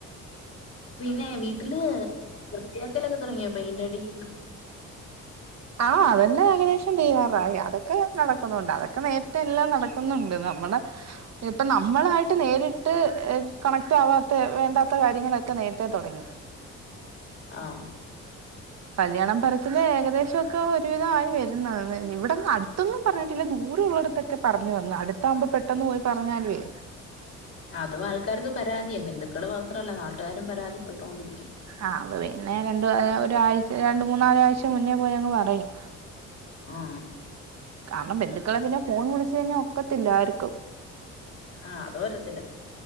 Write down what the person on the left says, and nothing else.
പിന്നെ വീട്ടില് ത്തിയാക്കലൊക്കെ തുടങ്ങിയപൈന്റടി-
ആഹ്
അതും ആൾക്കാർക്ക് പരാതിയ ബന്ധുക്കൾ മാത്രല്ല നാട്ട്കാരും പരാതിപ്പെട്ടോണ്ടിരിക്കും
ഉം
ആ അതോരത്തില്ല